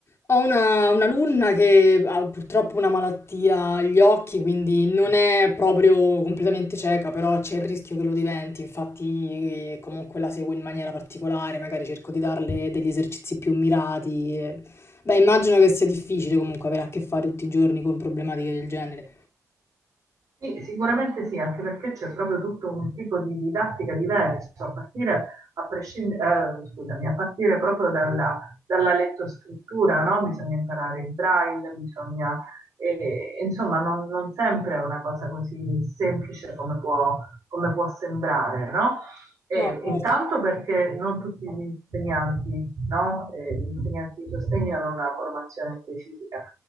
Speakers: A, on the left; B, on the right.
A: Ho una un'alunna che ha purtroppo una malattia agli occhi, quindi non è proprio completamente cieca, però c'è il rischio che lo diventi, infatti eh, comunque la seguo in maniera particolare, magari cerco di darle degli esercizi più mirati e beh, immagino che sia difficile comunque avere a che fare tutti i giorni con problematiche del genere.
B: Sì, sicuramente sì, anche perché c'è proprio tutto un tipo di didattica diverso, a partire, a prescind- eh, scusami, a partire proprio dalla, dalla lettoscrittura, no? Bisogna imparare il braille, bisogna, eh, insomma, non, non sempre è una cosa così semplice come può, come può sembrare, no? E
A: No, cer
B: intanto perché non tutti gli insegnanti, no? Eh, gli insegnanti di sostegno hanno una formazione specifica